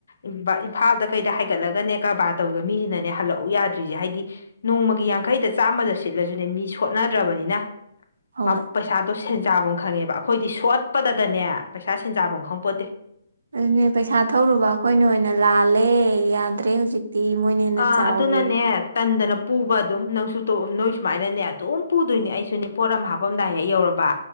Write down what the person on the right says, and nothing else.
ꯍꯣꯏ
ꯑꯗꯨꯅꯦ ꯄꯩꯁꯥ ꯊꯧꯔꯨꯕ ꯑꯩꯈꯣꯏꯅ ꯑꯣꯏꯅ ꯂꯥꯜꯂꯦ ꯌꯥꯗ꯭ꯔꯦ ꯍꯧꯖꯤꯛꯇꯤ ꯃꯣꯏꯅ ꯍꯦꯟꯅ
ꯆꯥꯎꯔꯦ